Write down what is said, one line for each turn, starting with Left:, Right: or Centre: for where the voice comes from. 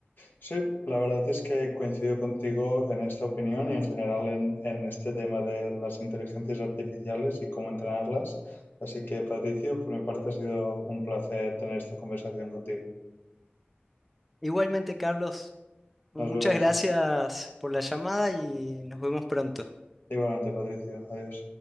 Left: Sí, la verdad es que coincido contigo en esta opinión y en general en, en este tema de las inteligencias artificiales y cómo entrenarlas. Así que, Patricio, por mi parte ha sido un placer tener esta conversación contigo.
Centre: Igualmente, Carlos, muchas
Left: Nos vemos.
Centre: gracias por la llamada y nos vemos pronto.
Left: Igualmente, Patricio. Adiós.